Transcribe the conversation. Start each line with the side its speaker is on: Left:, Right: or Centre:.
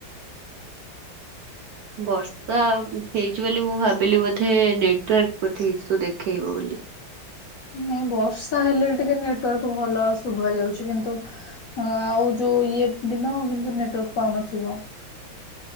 Right: ବର୍ଷା ହେଇଚି ବୋଲି ମୁଁ ଭାବିଲି ବୋଧେ ନେଟୱାର୍କ ବୋଧେ ଇସୁ ଦେଖେଇବ ବୋଲି। <inaudible>
Left: ନାଇଁ ବର୍ଷା ହେଲେ ଟିକେ ନେଟୱାର୍କ ଭଲ ଶୁଭା ଯାଉଛି କିନ୍ତୁ ଆଉ ଯୋଉ ଇଏ ଦିନ କିନ୍ତୁ ନେଟୱାର୍କ ପାଉନଥିବ।